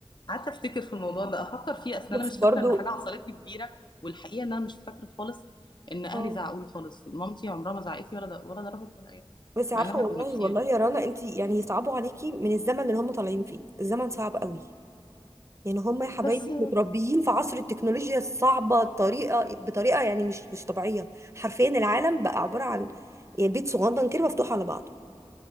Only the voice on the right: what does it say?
بس
برضو
اه
بس عارفه
والله
والله يا رنا انت يعني صعبوا عليكي من الزمن اللي هم طالعين فيه الزمن صعب قوي يعني هم يا حبايبي
متربيين في عصر التكنولوجيا الصعبة الطريقة بطريقة يعني مش مش طبيعية حرفيا العالم بقى عبارة عن يعني بيت صغنن كده مفتوح على بعضه